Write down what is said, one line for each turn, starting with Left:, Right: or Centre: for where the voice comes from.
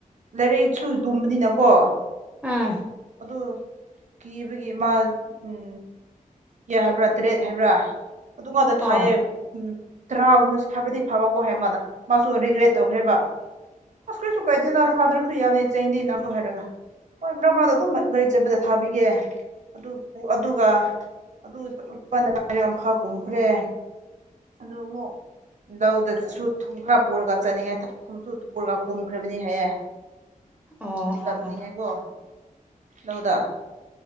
Right: ꯂꯥꯢꯔꯤꯛ ꯁꯨ ꯂꯨꯝꯕꯅꯤꯅꯀꯣ
Centre: ꯎꯝ
Right: ꯑꯗꯨ ꯀꯤꯕꯒꯤ ꯃꯥ ꯎꯝ ꯌꯥꯏ ꯍꯥꯏꯕ꯭ꯔꯥ ꯇꯔꯦꯠ ꯍꯥꯏꯕ꯭ꯔꯥ ꯑꯗꯨ ꯉꯥꯛꯇ
Centre: ꯑꯣ
Right: ꯊꯥꯏꯌꯦ
Centre: ꯑꯣ
Right: ꯎꯝ ꯇꯔꯥꯒꯨꯝꯕꯁꯨ ꯊꯕꯗꯤ ꯐꯕꯀꯣ ꯍꯥꯏ ꯃꯥꯅ ꯃꯥꯁꯨ ꯔꯤꯒ꯭ꯔꯦꯠ ꯇꯧꯈ꯭ꯔꯦꯕ ꯑꯁ ꯀꯩꯁꯨ ꯀꯩꯗꯦꯗ ꯊꯥꯗꯔꯤ ꯑꯗꯨ ꯌꯥꯅꯤ ꯆꯩ <inaudible> ꯗꯦ ꯅꯅꯥꯁꯨꯧ ꯍꯥꯏꯔꯒ ꯍꯣꯏ ꯕ꯭ꯔꯥ ꯕ꯭ꯔꯥꯗꯣ ꯑꯗꯨꯝ ꯒꯥꯔꯤ ꯆꯠꯄꯗ ꯊꯥꯕꯤꯒꯦ ꯑꯗꯨ ꯑꯣ ꯑꯗꯨꯒ ꯑꯗꯨ ꯄꯥꯏꯔꯒ ꯃꯈꯥ ꯀꯨꯝꯈ꯭ꯔꯦ ꯑꯗꯨ ꯑꯃꯨꯛ ꯂꯧꯗꯁꯨꯨ ꯊꯨꯝ ꯈꯔ ꯄꯨꯔꯒ ꯆꯠꯅꯤꯡꯉꯥꯏ ꯊꯨꯝꯁꯨ ꯄꯨꯔꯒ ꯀꯨꯝꯈ꯭ꯔꯕꯅꯤ ꯍꯥꯏꯌꯦ
Centre: ꯑꯣ
Right: ꯁꯨꯝ
Centre: ꯑꯣ
Right: ꯆꯠꯅꯤꯡꯉꯦ ꯀꯣ ꯂꯧꯗ